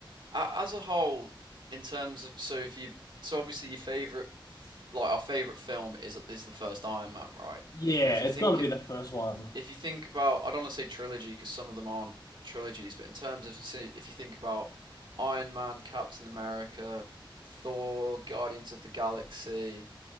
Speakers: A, on the right; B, on the left.
A: a- as a whole, in terms of so if you so obviously your favorite like our favorite film is is the first Iron Man, right?
B: Yeah,
A: But if you
B: it's
A: think
B: got to be
A: it,
B: the first one.
A: if you think about, I don't want to say trilogy because some of them aren't trilogies, but in terms of say, if you think about Iron Man, Captain America, Thor, Guardians of the Galaxy,